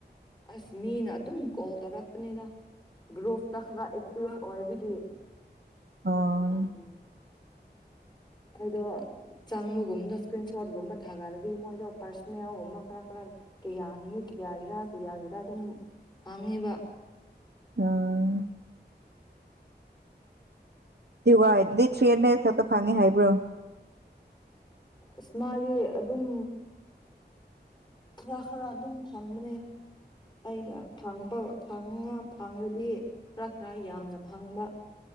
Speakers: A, on the left (about 25°); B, on the right (about 70°).
A: ꯑꯁ ꯃꯤꯅ ꯑꯗꯨꯝ ꯀꯣꯜ ꯇꯧꯔꯛꯄꯅꯤꯗ ꯒ꯭ꯔꯣꯐꯇ ꯈꯔ ꯑꯦꯛꯇꯤꯚ ꯑꯣꯏꯕꯒꯤ
B: ꯑꯣ
A: ꯎꯝ ꯑꯩꯗꯣ ꯆꯪꯕꯒꯨꯝꯗ ꯏꯁꯀ꯭ꯔꯤꯟ ꯁꯣꯠꯒꯨꯝꯕ ꯊꯥꯒꯠꯂꯗꯤ ꯃꯣꯏꯗꯣ ꯄꯔꯁꯣꯅꯦꯜꯒꯨꯝꯕ ꯈꯔ ꯈꯔ ꯀꯌꯥ ꯅꯨꯃꯤꯠ ꯀꯌꯥꯒꯤꯔꯥ ꯀꯌꯥꯒꯤꯔꯥ ꯑꯗꯨꯝ ꯍꯥꯡꯉꯦꯕ
B: ꯑꯥ
A: ꯑ
B: ꯗꯤ ꯋꯥ ꯑꯗꯨꯗꯤ ꯊ꯭ꯔꯤ ꯍꯟꯗ꯭ꯔꯦꯗ ꯈꯛꯇ ꯐꯪꯉꯤ ꯍꯥꯏꯕ꯭ꯔꯣ
A: ꯑꯁ ꯃꯥꯒꯤ ꯑꯗꯨꯝ ꯈꯔ ꯈꯔ ꯑꯗꯨꯝ ꯐꯪꯕꯅꯦ ꯑꯩꯅ ꯐꯪꯕ ꯪꯥ ꯐꯪꯉꯗꯤ ꯈꯔ ꯈꯔ ꯌꯥꯝꯅ ꯐꯪꯕ